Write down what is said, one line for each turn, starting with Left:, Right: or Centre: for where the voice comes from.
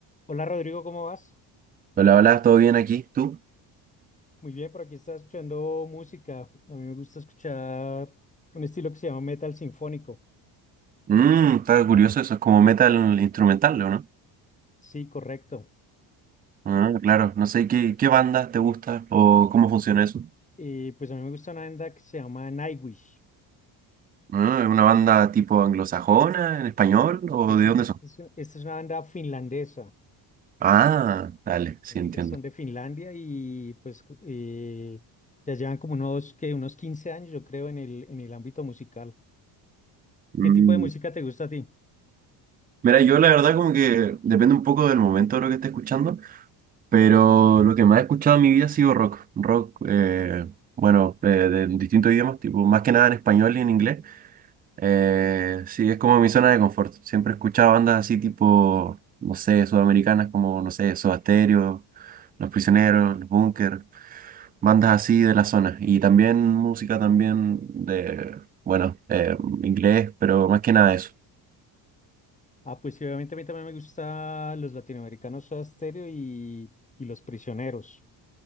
Left: Hola Rodrigo, ¿cómo vas?
Right: Hola, hola, ¿todo bien aquí? ¿Tú?
Left: Muy bien, por aquí estaba escuchando música. A mí me gusta escuchar un estilo que se llama metal sinfónico.
Right: Mmm, está curioso, eso es como metal instrumental, ¿o ¿no?
Left: Sí, correcto.
Right: Ah, claro, no sé qué, qué banda te gusta o cómo funciona eso.
Left: Y pues a mí me gusta una banda que se llama Nightwish.
Right: Ah, ¿es una banda tipo anglosajona, en español o
Left: Y
Right: de dónde
Left: Esta
Right: son?
Left: es, esta es una banda finlandesa.
Right: Ah, dale, sí
Left: Entonces
Right: entiendo.
Left: son de Finlandia y pues eh, ya llevan como unos, que unos 15 años, yo creo, en el, en el ámbito musical.
Right: Mm.
Left: ¿Qué tipo de música te gusta a ti?
Right: Mira, yo la verdad como que depende un poco del momento de lo que esté escuchando, pero lo que más he escuchado en mi vida ha sido rock, rock, eh, bueno, eh, de distintos idiomas, tipo más que nada en español y en inglés. Eh, sí, es como mi zona de confort. Siempre he escuchado bandas así tipo, no sé, sudamericanas como, no sé, Soda Stereo, Los Prisioneros, Los Búnker, bandas así de la zona. Y también música también de, bueno, eh, inglés, pero más que nada eso.
Left: Ah, pues sí, obviamente a mí también me gusta los latinoamericanos Soda Stereo y, y Los Prisioneros.